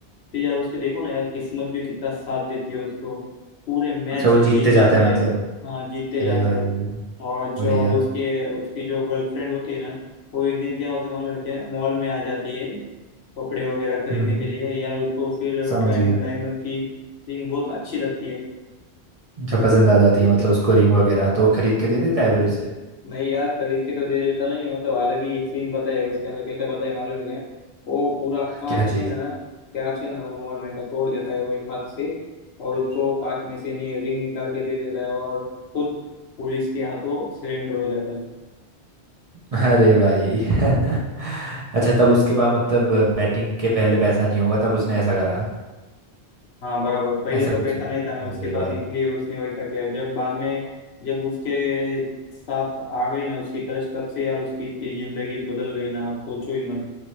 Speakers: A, on the left; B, on the right.
A: फिर यार उसके देखो ना यार किस्मत भी कितना साथ देती है उसको पूरे मैच
B: अच्छा वो
A: जीत
B: जीतते जाता
A: जाता
B: है
A: है
B: मतलब
A: हाँ जीतते
B: अरे
A: जाता
B: भाई
A: है और जो
B: बढ़िया
A: और उसके उसकी जो गर्लफ्रेंड होती है ना वो एक दिन क्या होता है मालूम है क्या मॉल में आ जाती है कपड़े वगैरह खरीदने
B: हम्म हम्म,
A: के लिए यार उसको फिर
B: समझ
A: डायमंड
B: गया
A: डायमंड की रिंग बहुत अच्छी लगती है
B: अच्छा पसंद आ जाती है मतलब उसको रिंग वगैरह तो वो खरीद के दे देता है फिर उसे
A: नहीं यार खरीद के तो दे देता नहीं है, मतलब अलग ही सीन बताया उसके अंदर कैसे बताया मालूम है क्या वो पूरा कांच
B: क्या चीज
A: है ना कांच है ना वो मॉल में का तोड़ देता है वो एक हाथ से और उसको कांच में से नि, रिंग निकाल के दे देता है और खुद पुलिस के हाथों सिलेंडर हो जाता है
B: अरे भाई <laughs> अच्छा तब उसके बाद मतलब बैटिंग के पहले पैसा नहीं होगा तब उसने ऐसा करा
A: हाँ बराबर पहले
B: ऐसा
A: तो
B: कुछ
A: पैसा
B: होता
A: नहीं
B: है।
A: था ना उसके
B: अरे
A: पास
B: भाई
A: इसलिए उसने वैसा किया जब बाद में जब उसके साथ आ गई ना उसकी कष्ट तब से यार उसकी इतनी जिंदगी बदल गई ना आप सोचो ही मत